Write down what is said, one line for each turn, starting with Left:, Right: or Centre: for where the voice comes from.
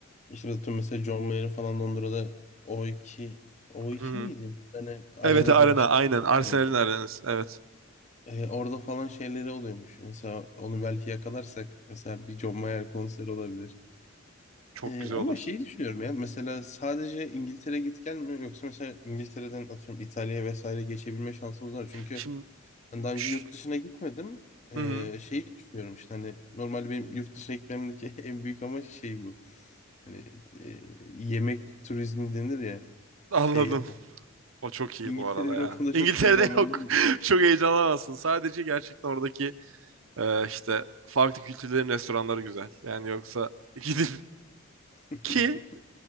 Left: İşte mesela, mesela John Mayer'in falan Londra'da o iki o iki
Right: Hı hı.
Left: miydi? Bir tane arena
Right: Evet arena
Left: gibi bir şey.
Right: aynen. Arsenal'in
Left: bir kere.
Right: arenası. Evet.
Left: Ee, orada falan şeyleri oluyormuş. Mesela onu belki yakalarsak mesela bir John Mayer konseri olabilir.
Right: Çok
Left: Ee,
Right: güzel
Left: ama
Right: olur.
Left: şeyi düşünüyorum ya mesela sadece İngiltere git gel mi yoksa mesela İngiltere'den atıyorum İtalya'ya vesaire geçebilme şansımız var. Çünkü
Right: Şimdi
Left: Ben daha önce
Right: Şş,
Left: yurt dışına gitmedim. Ee,
Right: hı hı.
Left: şeyi düşünüyorum işte hani normalde benim yurt dışına gitmemdeki <laughs> en büyük amaç şey bu. Hani e, yemek turizmi denir ya
Right: Anladım.
Left: şey yapmak.
Right: O çok iyi
Left: İngiltere
Right: bu arada
Left: beni
Right: ya.
Left: o konuda
Right: İngiltere'de
Left: çok heyecanlandırıyor.
Right: yok. <laughs> Çok heyecanlanamazsın. Sadece gerçekten oradaki e, işte farklı kültürlerin restoranları güzel. Yani yoksa <laughs> gidip
Left: <laughs>
Right: Ki